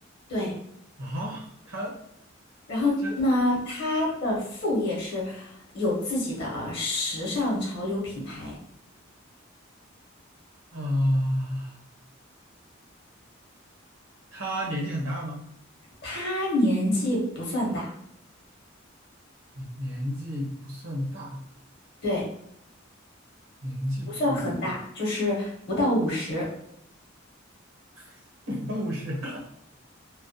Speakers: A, on the left; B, on the right.
A: 对。
B: 啊。他
A: 然后呢，
B: 这
A: 他的副业是有自己的呃时尚潮流品牌。
B: 啊，他年纪很大吗？
A: 他年纪不算大，
B: 你年纪不算大，
A: 对，
B: 年纪不算大，
A: 不算很大，就是不到五十。
B: <laughs> 不到五十，